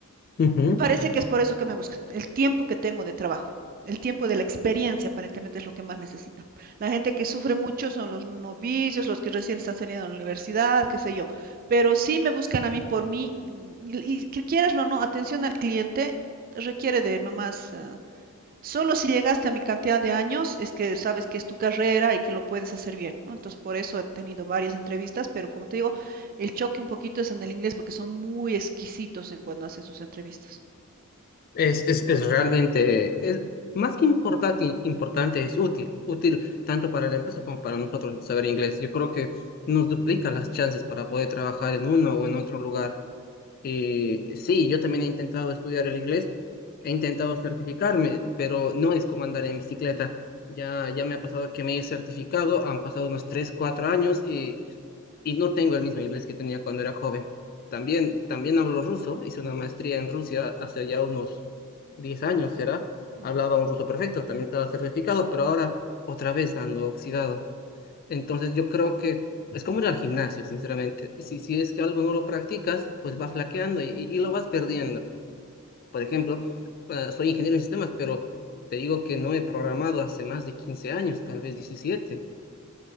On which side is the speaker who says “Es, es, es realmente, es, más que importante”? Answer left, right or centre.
Left